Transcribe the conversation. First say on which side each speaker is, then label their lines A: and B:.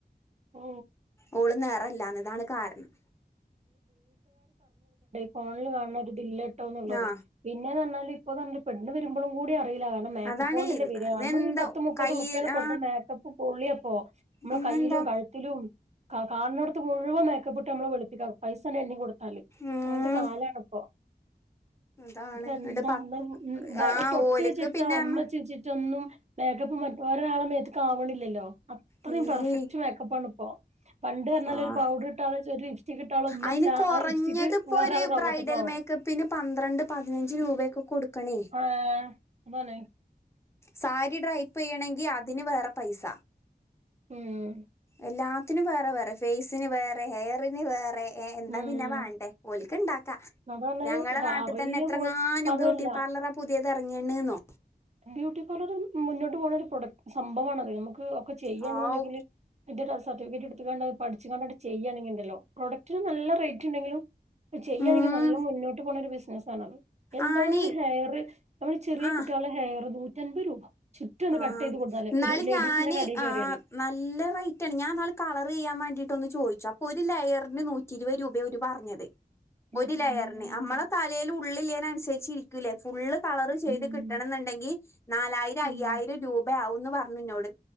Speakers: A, on the right (about 40°); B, on the left (about 15°).
A: ഓ
B: ഓള് നെറല്ലാന്നതാണ് കാരണം
A: ഫോണില് കാണ്ണ ഒര്തില്ലാട്ടോന്നുള്ളത്
B: ആ
A: പിന്നെന്ന് പറഞ്ഞാല് ഇപ്പ <unintelligible> പെണ്ണ് വരുമ്പളും. കൂടി അറീലാ കാര്ണം മേക്കപ്പോണ്ടല്ലേ
B: അതാണ് ഇതെന്താ
A: വരാ നമ്മള് ഈ പത്ത് മുപ്പത്
B: കയ്യിൽ
A: ഉർപ്പ്യ
B: ആ
A: കൊടുത്താ മേക്കപ്പും പൊളിയപ്പോ നമ്മളെ
B: പിന്നെന്താ
A: കയ്യിലും കഴുത്തിലും കാ കാണിനോട്ത്ത് മുഴുവൻ മേക്കപ്പ്ട്ട് നമ്മളെ വെളു പ്പിക്കാ പൈസ്സാണ്ട് എണ്ണി കൊടുത്താല്
B: ഉം
A: അങ്ങൻതെ കാലാണ്പ്പൊ
B: അതാണ്
A: അപ്പൊ
B: എന്നിട്ട്
A: എന്താ
B: പത്ത്
A: ന്താണ് പൊ
B: ആ
A: തൊട്ട്ച്ചിട്ടോ
B: ഓലിക്ക് പിന്നെ
A: ഉമ്മച്ച്ച്ചിട്ടോ ഒന്നും മേക്കപ്പ് മറ്റേ ഒരാളെ മേത്ത്ക്ക് ആവണില്ലല്ലോ അത്രയും
B: ഇല്ലേ
A: പെർഫെക്റ്റ് മേക്കപ്പാണ് ഇപ്പോ പണ്ട് പർഞ്ഞാല്
B: ആഹ്
A: ഒരു പൗഡറ് ഇട്ടാല് <unintelligible> ലിസ്റ്റിക്ക്ട്ടാല് ഉമ്മച്ചാ
B: അയിന് കൊറഞ്ഞത്
A: ആ ലിപ്സ്റ്റിക്
B: ഇപ്പൊ
A: വേറരാളെ
B: ഒരു
A: കവിളത്ത്ക്കാവും
B: ബ്രൈഡൽ മേക്കപ്പിന് പന്ത്രണ്ട് പതിനഞ്ച് രൂപയൊക്കെ കൊടുക്കണേ
A: ആഹ് അതാണെയ്
B: സാരി ഡ്രൈപ്പ് ചെയ്യണെങ്കി അതിന് വേറെ പൈസ
A: ഉം
B: എല്ലാത്തിനും വേറെ വേറെ ഫേസിന് വേറെ ഹെയറിന് വേറെ ഏ എന്താ
A: ഉം
B: പിന്നെ വേണ്ടേ ഓൽക്ക്ണ്ടാക്കാ
A: അതാണ്
B: ഞങ്ങളെ നാട്ടിതന്നെ
A: അറിയ
B: എത്രങ്ങാനും
A: പോ ഇപ്പ അതല്ല
B: ബ്യൂട്ടി പാർലറാ പുതിയത് ഇറങ്ങിയണ്ന്നോ
A: ബ്യൂട്ടി പാർലറ് മുന്നോട്ട് പോകണ ഒരു പ്രൊഡക് സംഭവമാണത് നമുക്ക് ഒക്കെ ചെയ്യാണെന്നുണ്ടെങ്കില്
B: ഹാവൂ
A: <unintelligible> സർട്ടിഫിക്കറ്റ് എടുത്താണ്ട് പഠിച്ച്ക്കാണ്ട് ചെയ്യയാണ് ണ്ടങ്കിലോ പ്രൊഡക്റ്റ്ന് നല്ല റേറ്റ് ഉണ്ടെങ്കിലും ചെയ്യാണെങ്കില്
B: ഉം
A: നല്ല മുന്നോട്ട് പോകണ ഒരു ബിസിനസ്സാണത് എന്താ
B: ആണേ
A: ഒന്ന് ഹെയർ നമ്മള് ചെറിയ
B: ആ
A: കുട്ട്യാളെ ഹെയർ നൂറ്റൻപത് രൂപ ചുറ്റും ഒന്ന്
B: ആഹ്
A: കട്ട് ചെയ്ത് കൊടുത്താല്
B: ന്നാള്
A: ഒരു ലേഡീസിന്റെ
B: ഞാന്
A: കടയിൽ
B: ആ
A: കയറിയാല്
B: നല്ല റേറ്റാണ് ഞാൻന്നാള് കളർ ചെയ്യാൻ വേണ്ടിട്ട് ട്ടൊന്ന് ചോദിച്ചു അപ്പൊ ഒരു ലെയറിന് നൂറ്റി ഇരുപത് രൂപേ ഓര് പർഞ്ഞത്
A: എൻ്റെ
B: ഒരു ലയറിന്
A: മോനെ.
B: നമ്മളെ തലേല് ഉള്ളില്ലേനനുസരിച്ചിരിക്കൂലേ ഫുള്ള് കളറ് ചെയ്ത്
A: ഉം,
B: കിട്ടണന്ന്ണ്ടെങ്കി നാലായിരയ്
A: ഉം.
B: രു രൂപയാവുംന്ന് പർഞ് ഇന്നോട്.